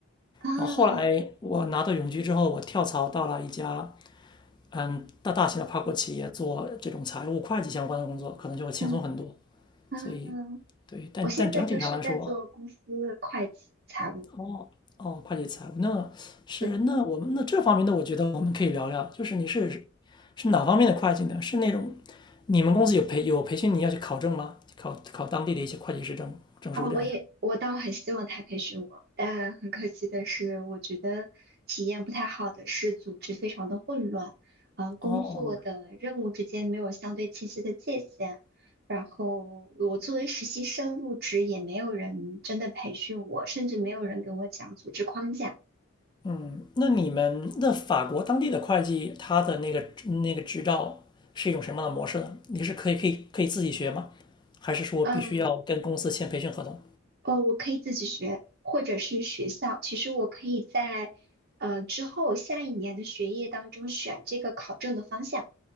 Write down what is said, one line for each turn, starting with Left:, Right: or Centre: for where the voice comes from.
Right: 啊
Left: 然后后来我拿到永居之后，我跳槽到了一家嗯大大型的跨国企业做这种财务会计相关的工作，可能就会轻松很多。
Right: 嗯嗯，
Left: 所以对，但但整体上来说，
Right: 我现在就是在做公司会计财务。
Left: 哦哦，会计财务那是那我们那这方面的，
Right: 对。
Left: 我觉得我们可以聊聊，就是你是是哪方面的会计呢？是那种你们公司有培有培训你要去考证吗？考考当地的一些会计师证证书这样的？
Right: 啊，我也我倒很希望他培训我，但很可惜的是，我觉得体验不太好的是组织非常的混乱，嗯、工作的任务之间没有相对清晰的界限，
Left: 哦，
Right: 然后我作为实习生入职也没有人真的培训我，甚至没有人跟我讲组织框架。
Left: 嗯，那你们那法国当地的会计，他的那个那个执照是一种什么样的模式呢？你是可以可以可以自己学吗？还是说必须要跟公司签培训合同？
Right: 嗯，哦，我可以自己学，或者是学校。其实我可以在呃之后下一年的学业当中选这个考证的方向，